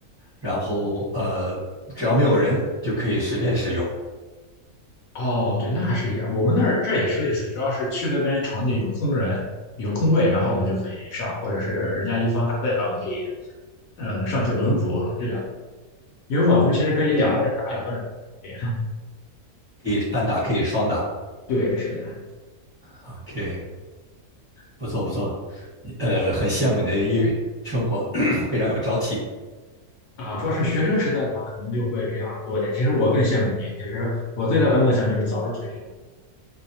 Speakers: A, on the right; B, on the left.
A: 然后呃，只要没有人就可以随便使用，
B: 哦，对，那还是一样。我们那儿这也是类似，主要是去那边场地有空人、有空位，然后我们就可以上，或者是人家一方打累了，我们可以呃上去轮补这样。因为网球其实可以两个人打两个人。对，
A: 可以单打，可以双打
B: 对，是的。
A: ，OK，不错不错，你呃，很羡慕你的业余生活，<clears throat> 非常有朝气。
B: 啊，主要是学生时代的话，可能就会这样多一点。其实我更羡慕你，其实我最大的梦想就是早日退休，